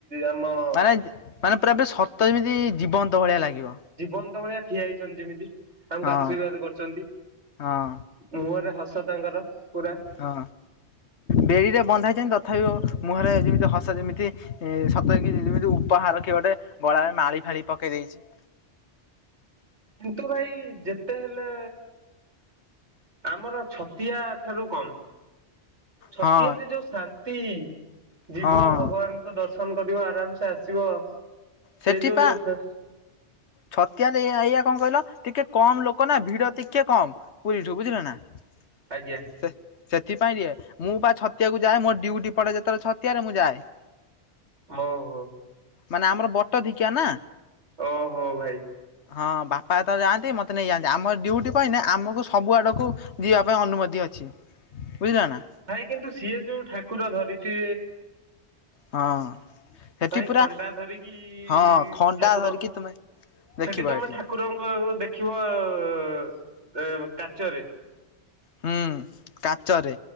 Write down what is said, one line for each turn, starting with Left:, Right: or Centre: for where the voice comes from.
Right: ଆମ
Left: ମାନେ ମାନେ ପୁରା ପୁରି ସତ ଯେମିତି ଜୀବନ୍ତ ଭଳିଆ ଲାଗିବ।
Right: ଜୀବନ୍ତ ତ ଭଳିଆ ଠିଆ ହେଇଛନ୍ତି ଯେମିତି। ଆମକୁ
Left: ହଁ
Right: ଆଶୀର୍ବାଦ କରୁଛନ୍ତି।
Left: ହଁ
Right: ମୁହଁରେ ହସ ତାଙ୍କର ପୁରା।
Left: ହଁ। ବେଡିରେ ବନ୍ଧା ହେଇଛନ୍ତି ତଥାପି ମୁହଁରେ ଯେମିତି ହସ ଯେମିତି ଏ ସତରେ କି ଯେମିତି ଉପହାର କିଏ ଗୋଟେ ଗଳାରେ ମାଳି ଫାଳି ପକେଇ ଦେଇଚି।
Right: କିନ୍ତୁ ଭାଇ ଯେତେ ହେଲେ ଆମର ଛତିଆ ଠାରୁ କମ୍। ଛତିଆରେ
Left: ହଁ
Right: ଯୋଉ ଶାନ୍ତି, ଜୀବ
Left: ହଁ
Right: ଭଗବାନ ଦର୍ଶନ କରିବ ଆରାମସେ ଆସିବ।
Left: ସେଠି
Right: ସେ
Left: ପା
Right: <inaudible>
Left: ଛତିଆରେ ଏଆ -ଏଇଆ କଣ୍ କହିଲ ଟିକେ କମ୍ ଲୋକ ନା ଭିଡ ଟିକେ କମ୍। <unintelligible>
Right: ଆଜ୍ଞା।
Left: ସେ- ସେଥିପାଇଁ ଇଏ ମୁଁ ପା ଛତିଆକୁ ଯାଏ ମୋ ଡ୍ୟୁଟି ପଡେ ଯେତେବେଳେ ଛତିଆରେ ମୁଁ ଯାଏ।
Right: ଓହୋ।
Left: ମାନେ ଆମର ବଟଦିକ୍ଷା ନା।
Right: ଓହୋ ଭାଇ।
Left: ହଁ ବାପା ଯେତେବଳେ ଯାଆନ୍ତି ମତେ ନେଇଯାଆନ୍ତି ଆମର ଡ୍ୟୁଟି ପଇଲେ ଆମକୁ ସବୁ ଆଡକୁ ଯିବା ପାଇଁ ଅନୁମତି ଅଛି ବୁଝିଲ ନା।
Right: ଭାଇ କିନ୍ତୁ ସିଏ ଯଉ ଠାକୁର ଧରିଚି
Left: ହଁ। ସେଠି
Right: ଭାଇ
Left: ପୁରା
Right: ଖଣ୍ଡା ଧରିକି
Left: ହଁ ଖଣ୍ଡା
Right: ଠାକୁର
Left: ଧରିକି ତୁମେ ଦେଖିବ
Right: ସେଠି ତମେ
Left: ଏଠି
Right: ଠା ଠାକୁରଙ୍କୁ ଆଉ ଦେଖିବ ଆଉ ଏ-କାଚରେ
Left: ହୁଁ କାଚରେ